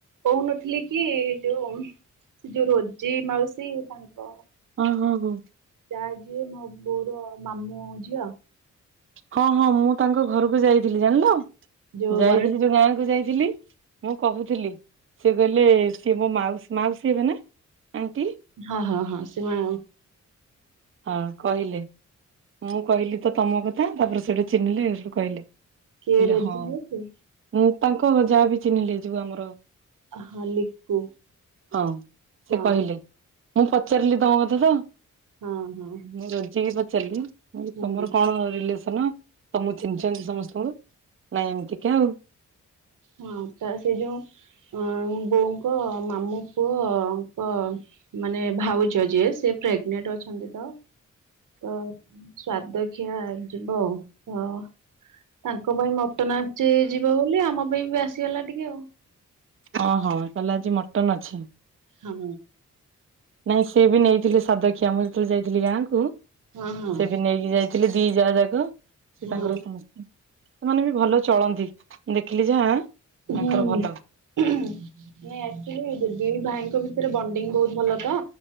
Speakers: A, on the right (about 80°); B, on the right (about 40°).
A: କହୁନଥିଲି କି ଯୋଉ ସେ ଯୋଉ ରୋଜି ମାଉସୀ ତାଙ୍କ
B: ହଉ ହଉ
A: ଯାହା ଯିଏ ମୋ ବୋଉର ମାମୁଁ ଝିଅ।
B: ହଁ ହଁ ମୁଁ ତାଙ୍କ ଘରକୁ ଯାଇଥିଲି ଜାଣିଲ
A: ଯୋଉ
B: ଯାଇଥିଲି
A: ବରା
B: ଯୋଉ ଗାଁ କୁ ଯାଇଥିଲି। ମୁଁ କହୁଥିଲି ସେ କହିଲେ ସିଏ ମୋ ମାଉସୀ ମାଉସୀ ହେବେ ନା? ଆଣ୍ଟି
A: ହଁ ହଁ ହଁ ସେ ମା
B: ହଁ କହିଲେ, ମୁଁ କହିଲି ତ ତମ କଥା ତାପରେ ସେଠୁ ଚିହ୍ନିଲେ ସେଠୁ ସେ କହିଲେ। କହିଲେ,
A: କିଏ ରୋଜି
B: ହଁ
A: ମାଉସୀ
B: ମୁଁ ତାଙ୍କ ଯାହାବ ଚିହ୍ନିଲି ଯଉ ଆମର
A: ହଁ, ଲିପୁ
B: ହଁ ସେ
A: ହଁ।
B: କହିଲେ ମୁଁ ପଚାରିଲି ତମ କଥା ତ।
A: ହଁ ହଁ
B: ମୁଁ ରୋଜି କି ପଚାରିଲି। ମୁଁ କହିଲି
A: ହୁଁ
B: ତମର କଣ ହ ତମକୁ ଚିହ୍ନିଛନନ୍ତି ସମସ୍ତଙ୍କୁ ନାଇଁ ଏମିତିକା ଆଉ।
A: ହଁ ତା ସେ ଯୋଉ। ଅ ବୋଉଙ୍କ ମାମୁ ପୁଅଙ୍କ ମାନେ ଭାଉଜ ଯିଏ ସେ। ପ୍ରେଗନେଣ୍ଟ ଅଛନ୍ତି ତ, ସ୍ୱାଦ ଖିଆ ଯିବ ହଁ। ତାଙ୍କ ପାଇଁ ମଟନ ଆସିଛି ଯିବ ବୋଲି ଆମ ପାଇଁ ବି ଆସିଗଲା ଟିକେ ଆଉ।
B: ଓଁ ହଁ କହିଲେ ଆଜି ମଟନ ଅଛି?
A: ହଁ।
B: ନାଇଁ ସେି ବି ନେଇଥିଲେ ସାଦକ୍ଷିଆ ମୁଁ ଯେତେବେଳେ ଯାଇଥିଲି ଗାଁକୁ
A: ହଁ ହଁ
B: ସେ ବି ନେଇକି ଯାଇ ଥିଲେ ଦି ଯାଆ ଯାକ ସେ ତାଙ୍କର
A: ହଁ
B: ସମସ୍ତେ ସେମାନେ ବି ଭଲ ଚଳନ୍ତି। ଦେଖିଲି ଯାହା,
A: ହୁଁ
B: ତାଙ୍କର
A: ହଁ
B: ଭଲ
A: ନାଇଁ ଆକ୍ଚଲି, ଦି ଭାଇଙ୍କ ଭିତରେ ବଣ୍ଡିଙ୍ଗ ବହୁତ ଭଲ ତ